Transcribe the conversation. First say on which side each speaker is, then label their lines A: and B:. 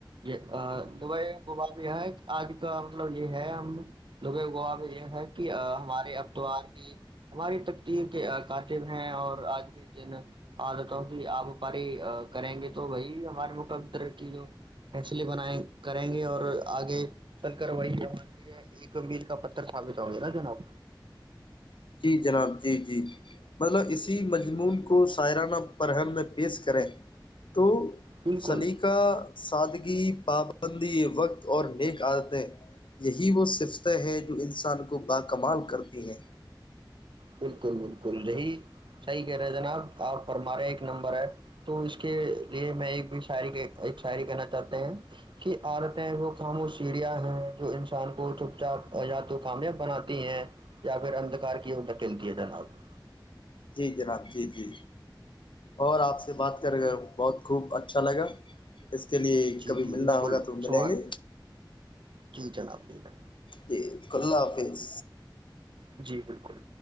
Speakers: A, on the right; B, on the left.
A: یہ دبئے گبا میں یہ ہے آج کا مطلب یہ ہے ہم لبئے وبا میں یہ ہے کہ ہمارے ابتوار ہی ہماری تکتییر کے کاتب ہیں اور آج کے جن آ دیتاؤ کہ آپ وپاری کریں گے تو وہی ہمارے مقر کی جو فیصلے بنیں کریں گے اور آگے چل کر وہی ہمار لی ایک ال کا پتر سثابت ہو گے نا جناب
B: جی جناب جی جی مطلب اسی مجمون کو سائرانہ پررہن میں پیش کریں تو
A: بالکل
B: سلیقہ سگی باب ابندی وقت اور نیک عادتیں یہی وہ صفتیں ہیں جو انسان کو باکمال کرتی ہیں
A: بالکل بالکل یہی صحیح کہہ رہے جناب آپ فرماارے ایک نمبر ہے تو اس کے لیے میں ایک بھی شاعری ایک شاعری کہنا چاہتے ہیں کہ عالتیں وہ خامو سیڑیا ہیں جو انسان کو چپ چاپ یا تو کامیاب بناتی ہیں یا پھر اندھکار کی ٹر آگ <unintelligible>
B: جی جناب جی جی اور آپ سے بات کر گئے بہت خوب اچھا لگا اس کے لیے
A: جی
B: کبھی
A: جی
B: ملنا
A: بالکل
B: ہوگا تو ملیں
A: سوان
B: گے
A: جی جناب جی جنا
B: جی کلہ حافظ
A: جی بالکل